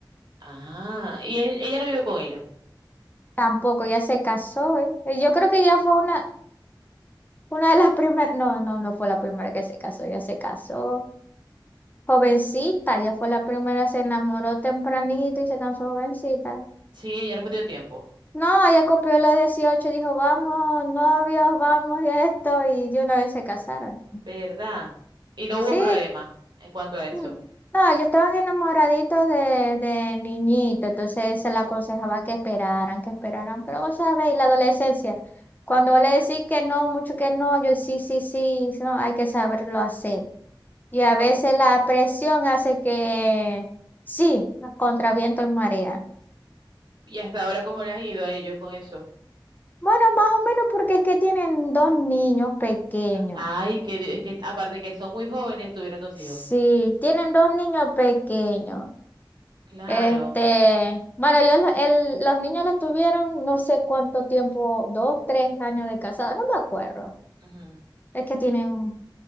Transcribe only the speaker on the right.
Ah, y él- ella no vive con ellos.
Sí, ella no perdió tiempo.
¿Verdad? Y no
hubo problema en cuanto a eso.
¿Cómo-
¿Y hasta ahora cómo le has ido a ellos con eso?
Ay, que di- es que aparte que son muy jóvenes, tuvieron dos
hijos.
Claro.
ujú,